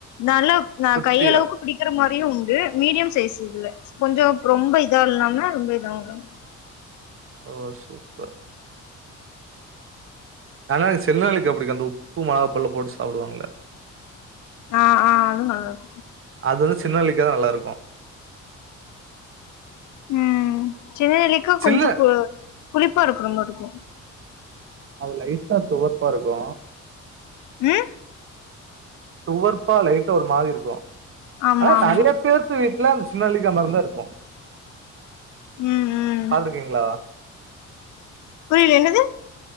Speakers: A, on the left; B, on the right.
A: நல்ல ந
B: குட்டியா
A: கை அளவுக்கு பிடிக்கற மாரியு உண்டு மீடியம் சைஸ் இதுல கொஞ்சோ ரொம்ப இதா இல்லாம ஆ ரொம்ப இதாவு இல்லாம
B: ஓ சூப்பர் ஆனா சின்ன நெல்லிக்கா புடிக்கு அந்த உப்பு மொளகாப்பள்ள போட்டு சாப்டுவாங்கல்ல
A: ஆ ஆ அது நல்லது
B: அதோட சின்ன நெல்லிக்கா தா நல்லாருக்கு
A: ம் சின்ன நெல்லிக்கா
B: சில்ல
A: கொஞ்சோ பு புளிப்பா இருக்குற மாரிருக்கு
B: அது லைட்டா துவர்ப்பாருக்கு
A: ம்
B: துவர்ப்பா லைட்டா ஒரு மாரிருக்கு
A: ஆமா
B: ஆனா
A: ஆமா
B: நறைய பேரு வீட்ல அந்த சின்ன நெல்லிக்கா மரந்தா இருக்கு
A: ம் ம்
B: பாத்துருக்கீங்ளா
A: புரில என்னது